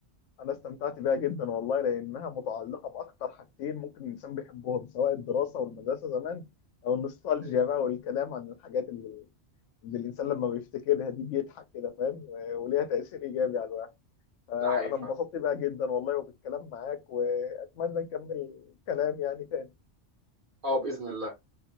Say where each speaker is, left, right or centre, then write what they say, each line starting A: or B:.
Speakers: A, on the left (about 85°); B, on the right (about 50°).
A: انا استمتعت بيها جدا والله لانها متعلقه باكتر حاجتين ممكن الانسان بيحبهم سواء الدراسه والمدرسه زمان او النوستالجيا
B: ايوه
A: بقى والكلام عن الحاجات اللي, اللي الانسان لما بيفتكرها دي بيضحك كده فاهم و- وليها تاثير ايجابي على الواحد فانا
B: ده حقيقي فعلا
A: انبسطت بقى جدا والله وبالكلام معاك واتمنى نكمل كلام يعني تاني
B: اه باذن الله